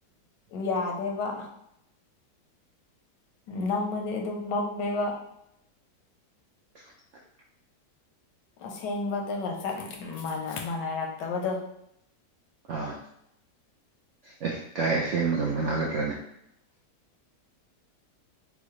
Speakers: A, on the left; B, on the right.
A: ꯌꯥꯗꯦꯕ ꯃꯝꯕꯗꯤ ꯑꯗꯨꯝ ꯃꯝꯃꯦꯕ
B: <unintelligible>
A: ꯑꯁꯦꯡꯕꯗꯨꯒ ꯆꯞ ꯃꯥꯟꯅ ꯃꯥꯥꯟꯅꯔꯛꯇꯕꯗꯨ
B: ꯑꯥ ꯑꯦ ꯀꯥꯏ ꯁꯦꯝꯃꯒ ꯃꯅꯥꯒꯗ꯭ꯔꯅꯤ